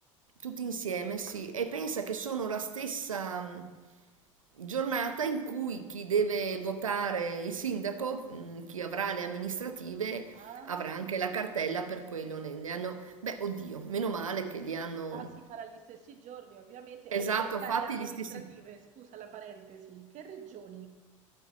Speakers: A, on the right; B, on the right.
A: tutti insieme, sì. E pensa che sono la stessa mh, giornata in cui chi deve votare il sindaco, mh, chi avrà le amministrative,
B: Ah.
A: avrà anche la cartella per quello. Ne, ne hanno, beh, oddio, meno male che li hanno,
B: Ah, si farà gli stessi giorni, ovviamente.
A: esatto,
B: E chi è che
A: fatti
B: ha le amministrative?
A: gli stessi.
B: Scusa la parentesi. Che regioni?